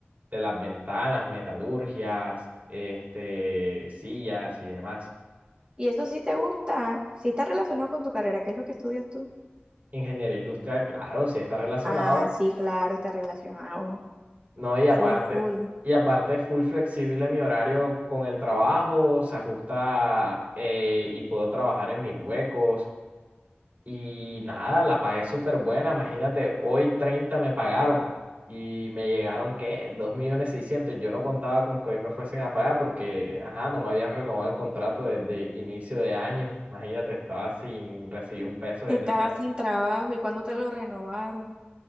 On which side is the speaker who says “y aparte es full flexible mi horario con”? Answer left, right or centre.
Right